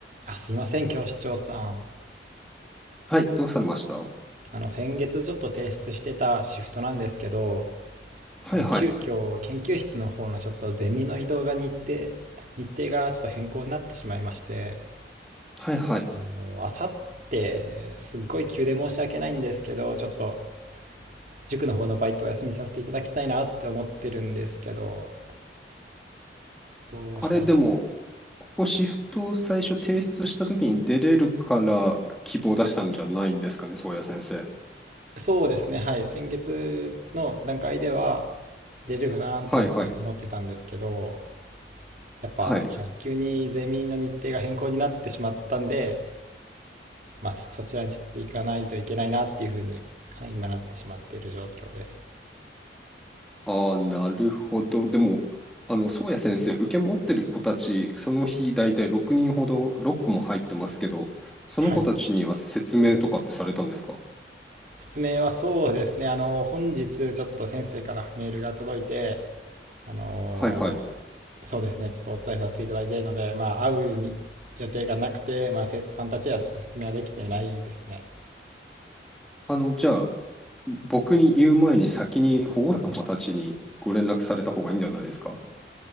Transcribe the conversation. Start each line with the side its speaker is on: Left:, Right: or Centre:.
Right: あ、すいません、教師長さん。
Centre: はい、どうされましたは
Right: あの、先月ちょっと提出してたシフトなんですけど、あの急遽研究室の方のちょっとゼミの移動が日程、
Centre: いはい。
Right: 日程がちょっと変更になってしまいまして、
Centre: はいはい。
Right: もうあさってすっごい急で申し訳ないんですけど、ちょっと塾の方のバイトを休みさせていただきたいなって思ってるんですけど、どうしたらいい
Centre: あれ、でも、ここシフトを最初提出した時に出れるから希望出したんじゃないんですかね、宗谷先生。
Right: そうですね、はい、先月の段階では出れるかなっていうふうに思ってたんですけど、
Centre: はいはい。
Right: やっぱ、
Centre: はい。
Right: はい、急にゼミの日程が変更になってしまったんで、まあ、そちらにちょっと行かないといけないなっていうふうに、はい、今なってしまっている状況です。
Centre: ああ、なるほど。でも、あの、宗谷先生、受け持ってる子たち、その日大体6人ほど、6個も入ってますけど、その子たちには説明とかってされたんですか
Right: はい。説明はそうですね。あの、本日ちょっと先生からメールが届いて、あの
Centre: はいはい。
Right: そうですね、ちょっとお伝えさせていただいているので、まあ、会うに予定がなくて、まあ、生徒さんたちはちょっと説明はできてないですね。
Centre: あの、じゃあ、僕に言う前に先に保護者様たちにご連絡された方がいいんじゃないですか